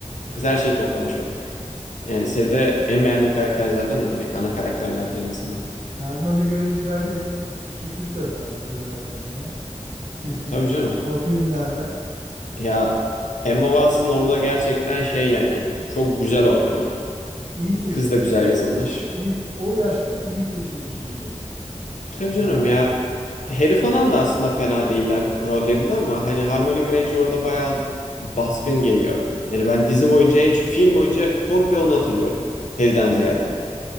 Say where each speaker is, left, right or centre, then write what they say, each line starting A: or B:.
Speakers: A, on the left; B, on the right.
A: Kız her şeyi toplamış bak. Yani seride en beğendiğim karakter zaten o direkt. Ana karakterlerden en azından.
B: Hermione Granger herkesin küçüklük sevdasıdır zaten bu ya. <laughs>
A: Tabii canım.
B: O filmlerden
A: Ya Emma Watson orada gerçekten şey yani çok güzel
B: i-
A: oynuyor.
B: iyi seçilmiş
A: Kız da güzel
B: bir
A: yazılmış.
B: iyi, o yaşta iyi seçilmiş bir şey.
A: Tabii canım
B: Yani
A: ya Harry falan da aslında fena değiller rollerinde ama hani Hermione Granger orada bayağı baskın geliyor. Yani ben dizi boyunca en film boyunca komple onu hatırlıyorum. Harry'den ziyade.